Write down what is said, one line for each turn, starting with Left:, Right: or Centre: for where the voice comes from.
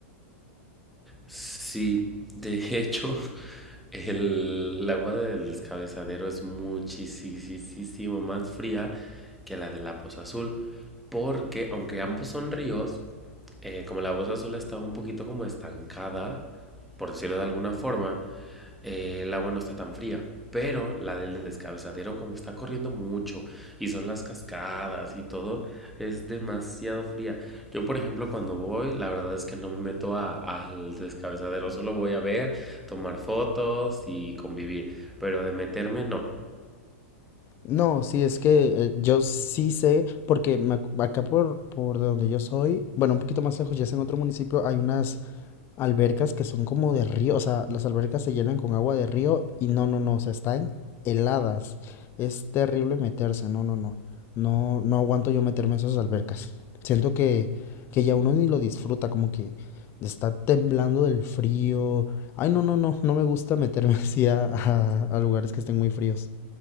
Centre: Sí, de hecho, el el agua del descabezadero es muchísimo más fría que la de la Poza Azul, porque aunque ambos son ríos, eh, como la Poza Azul está un poquito como estancada, por decirlo de alguna forma, eh, el agua no está tan fría. Pero la del descabezadero, como está corriendo mucho y son las cascadas y todo, es demasiado fría. Yo, por ejemplo, cuando voy, la verdad es que no me meto a- al descabezadero, solo voy a ver, tomar fotos y convivir. Pero de meterme, no.
Left: No, sí, es que eh, yo sí sé, porque me ac- acá por, por de donde yo soy, bueno, un poquito más lejos, ya es en otro municipio, hay unas albercas que son como de río, o sea, las albercas se llenan con agua de río y no, no, no, o sea, están heladas. Es terrible meterse, no, no, no. No, no aguanto yo meterme en esas albercas. Siento que, que ya uno ni lo disfruta, como que está temblando del frío. Ay, no, no, no, no me gusta meterme <laughs> así a, a- a lugares que estén muy fríos.